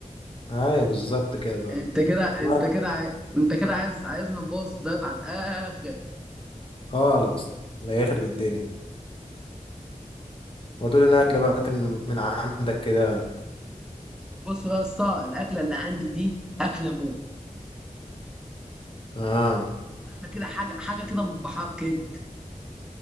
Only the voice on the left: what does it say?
ايوه بالظبط كده بقى
وقت
خالص لا يخرب الدنيا وتقول انها اكله بقى من من عندك كده
اه